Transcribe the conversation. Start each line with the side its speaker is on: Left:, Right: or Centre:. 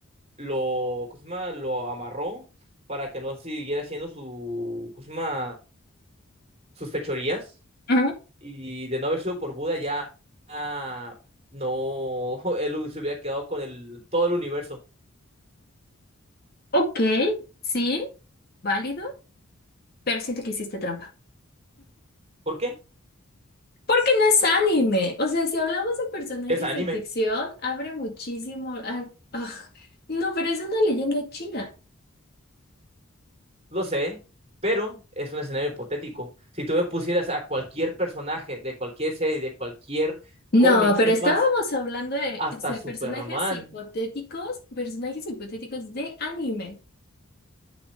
Right: lo, ¿cómo se llama? lo amarró para que no siguiera haciendo su, ¿cómo se llama? sus fechorías.
Left: Ujú,
Right: Y de no haber sido por Buda, ya ah, no, <laughs> él se hubiera quedado con el, todo el universo.
Left: Ok, sí, válido, pero siento que hiciste trampa.
Right: ¿Por qué?
Left: Porque no es anime. O sea, si hablamos de personajes
Right: Es anime,
Left: de ficción, abre muchísimo. ah, ah, no, pero es una leyenda china.
Right: lo sé, pero es un escenario hipotético. Si tú me pusieras a cualquier personaje de cualquier serie, de cualquier
Left: No,
Right: cómic,
Left: pero
Right: es
Left: estábamos
Right: más,
Left: hablando de,
Right: hasta
Left: sí,
Right: Superman.
Left: de personajes hipotéticos, personajes hipotéticos de anime.